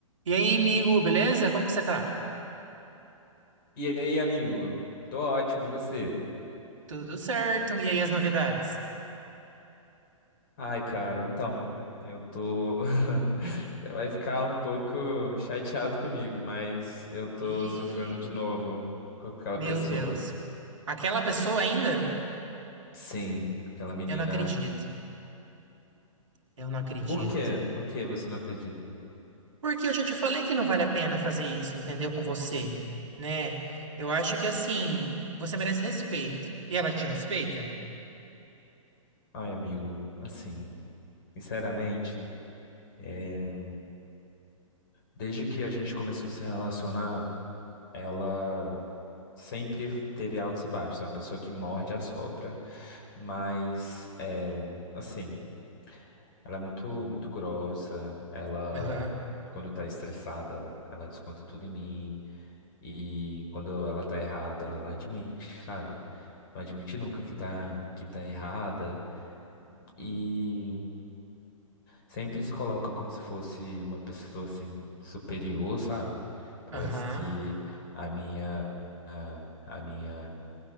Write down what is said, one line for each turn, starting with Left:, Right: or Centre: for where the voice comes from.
Right: E aí, amigo, beleza? Como que você tá?
Left: E aí, amigo? Tô ótimo, e você?
Right: Tudo certo. E aí, as novidades?
Left: Ai, cara, então, eu tô. <laughs> Você vai ficar um pouco chateado comigo, mas eu tô
Right: Ih,
Left: sofrendo de novo com aquela
Right: meu
Left: pessoa.
Right: Deus. Aquela pessoa ainda?
Left: Sim, aquela menina.
Right: Eu não acredito. Eu não acredito.
Left: Por quê? Por que você não acredita?
Right: Porque eu já te falei que não vale a pena fazer isso, entendeu? Com você, né? Eu acho que assim, você merece respeito. E ela te respeita?
Left: Ai, amigo, assim, sinceramente, é, desde que a gente começou a se relacionar. Ela sempre teve altos e baixos, é uma pessoa que morde e assopra, mas é, assim, ela é muito, muito grossa, ela
Right: Aham,
Left: quando tá estressada, ela desconta tudo em mim, e quando ela tá errada, ela não admite, sabe? Não admite nunca que tá, que tá errada. E Sempre se coloca como se fosse uma pessoa assim superior, sabe? Parece
Right: aham.
Left: que a minha a, a minha